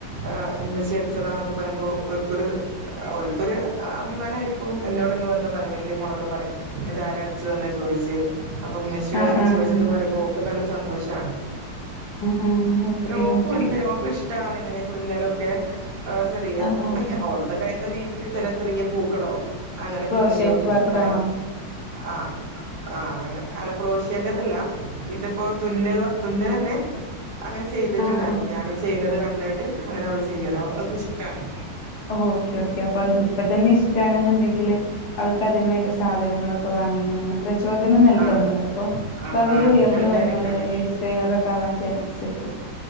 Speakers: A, on the right; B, on the left.
A: ആ ഉമ്മച്ചി അടിച്ചതാ എന്നൊക്കെ പറയുമ്പോ ഓർക്കൊരു ഓ ക്കൊരു അഭിമാനമായിയിരിക്കും എന്നോട്ങ്ങനെ വന്ന് പറയും വലിയ മോളൊക്കെ പറയും, ഇത് ആര അടിച്ചു തന്ന ചോദിച്ച്. അപ്പൊ മ്മച്ച
B: ആഹ്
A: എന്നൊക്കെ
B: ആഹ്
A: ചോദിച്ചന്ന് പറയുമ്പോ ഓൾക് നല്ല സന്തോഷണ്.
B: ആഹ് ആഹ് ഓക്കെ
A: ഓൾകുണ്ട്.
B: ഓക്കെ
A: ഓക്കു ഇഷ ഇഷ്ട്ടാണ് ഇങ്ങനെ തുന്നലൊക്കെ, ചെറിയ
B: ആഹ് ആഹ്
A: ഓളുടെ കഴുന്ന രീതിയിൽ. ചെില ചെറിയ പൂക്കളോ അങ്ങനെയൊക്കെ
B: ക്രോഷേറ്റ്
A: തുന്നി വെക്കും.
B: വർക്കാണോ?
A: ആ ആ. ആഹ് അങ്ങനെ അല ക്രോഷ്യേൻ്റെതല്ല ഇത്പ്പോ തുന്നൽവ തുന്നലന്നെ അങ്ങനെ ചെയ്ത്ട്ട്ണ്ടാര്ന്നു
B: ആഹ് ആഹ്
A: ഞാന് ചെയ്യ്ന്നത് കണ്ടേട്ട് അങ്ങനെ അവള് ചെയ്യലാ അവൾക്കിഷ്ടാണ്
B: ഓക്കെ ഓക്കെ അപ്പം ഇപ്പ തന്നെ ഇഷ് ട്ടാണ് ന്ന്ണ്ടെങ്കില് അവൾക്ക് അതിന് വേണ്ട സാധനങ്ങളൊക്കെ വാങ്ങി അങ്ങനെ പ്രചോദനം നൽഖമ്മള്
A: ആ
B: പ്പൊ
A: ആ
B: ഭാവീല്
A: ആ അത്
B: ഉയർന്നു
A: ഞാൻ വിചാരിക്കാറ്
B: വന്നോളു വല്യയ ഡിസൈനറൊ കാണാൻ പേൻസ്ക്